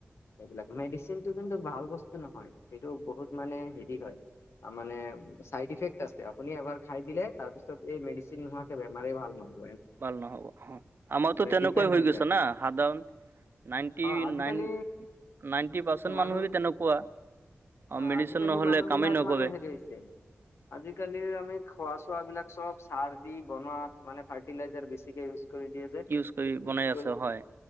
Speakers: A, on the left (about 80°); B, on the right (about 55°).
A: এইবিলাক মেডিচিনটো কিন্তু ভাল বস্তু নহয়। সেইটো বহুত মানে হেৰি হয়। মানে চাইড ইফেক্ট আছে, আপুনি এবাৰ খাই দিলে তাৰপিছত এই মেডিচিন নোহোৱাকে বেমাৰেই ভাল নহয়।
B: ভাল নহ'ব। অ, আমাৰতো তেনেকুৱাই
A: ডিপেণ্ড
B: হৈ গৈছে
A: যায়
B: না সাধন নাইনটি
A: অ আজিকালি
B: নাইন, নাইনটি পাৰ্চেন্ট
A: মানুহ
B: মানুহো যদি তেনেকুৱা।
A: অ
B: মেডিচিন
A: আজিকালি
B: নহ'লে
A: মানুহ
B: কামেই
A: বিলাক
B: নকৰে।
A: মানে হেৰি হৈছে আজিকালি আমি খোৱা চো চোবিলাক চব সাৰ দি বনাত মানে ফাৰ্টিলাইজাৰ বেছিকে ইউ কৰি দিয়ে যে।
B: ইউজ কৰি
A: সেইটো
B: বনাই আছে হয়,